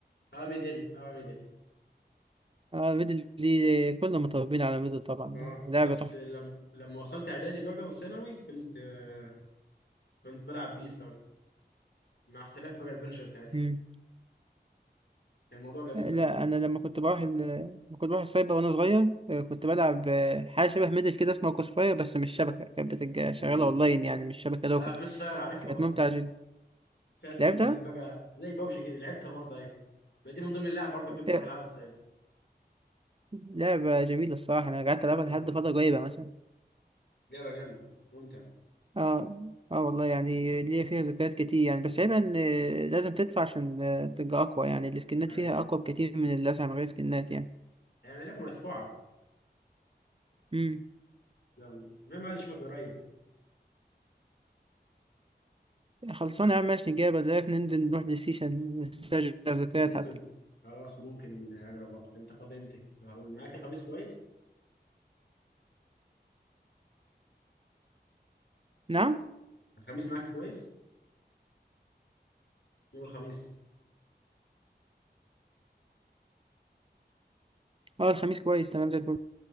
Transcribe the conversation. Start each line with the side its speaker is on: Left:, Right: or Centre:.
Left: اوامر ديل اوامر ديل
Right: اه الميدل دي كلنا متربيين على الميدل طبعا
Left: اه
Right: لعبة
Left: بس
Right: تحفة
Left: لما لما وصلت اعدادي بقى وثانوي كنت آه، كنت بلعب بيس بقى مع اختلاف بقى الفيرجن بتاعتي
Right: مم.
Left: كان الموضوع جميل
Right: لا
Left: صراحه
Right: أنا لما كنت بروح ال... لما كنت بروح السايبر وأنا صغير آه، كنت بلعب آه، حاجة شبه ميدل كده اسمها كوسفاير بس مش شبكة كانت بتبقى شغالة
Left: امم
Right: أونلاين يعني مش شبكة لوكال
Left: اه كروس فاير عارفها
Right: كانت
Left: برضه
Right: ممتعة جدا
Left: فيها سكنات
Right: لعبتها؟
Left: بقى زي بابجي كده لعبتها برضه ايوه ما دي من ضمن اللعب برضه
Right: آه،
Left: كنت بروح العبها بس ايوه
Right: لعبة جميلة الصراحة أنا قعدت ألعبها
Left: اه
Right: لحد فترة قريبة مثلا
Left: لعبه جامده ممتع
Right: اه اه والله يعني
Left: مم.
Right: ليا فيها ذكريات كتير يعني بس عيبها إن آه، لازم تدفع عشان آه، تبقى أقوى يعني السكنات
Left: ايوه
Right: فيها أقوى بكتير من اللي أسعى من غير سكنات يعني
Left: يعني لعبه مدفوعه
Right: مم.
Left: يلا المهم عايز اشوفك قريب
Right: خلصانة يا عم ماشي نجيب لك ننزل نروح بلاي ستيشن نسترجع ذكريات
Left: ممكن
Right: حتى
Left: خلاص ممكن اقرب وقت انت فاضي امتى معاك الخميس كويس
Right: نعم
Left: الخميس معاك كويس يوم الخميس
Right: اه الخميس كويس تمام زي الفل